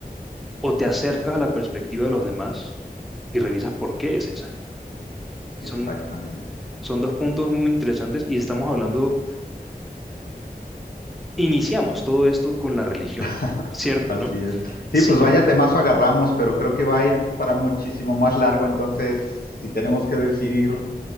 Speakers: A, in the centre; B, on the left.
A: o te acercas a la perspectiva de los demás y revisas por qué es esa. Son,
B: exactamente.
A: son dos puntos muy interesantes y estamos hablando iniciamos todo esto con la religión,
B: <laughs>
A: ¿cierto,
B: Así
A: no?
B: es. Sí,
A: Sin
B: pues vaya
A: em-
B: temazo agarramos, pero creo que va a ir para muchísimo más largo, entonces si tenemos que decidir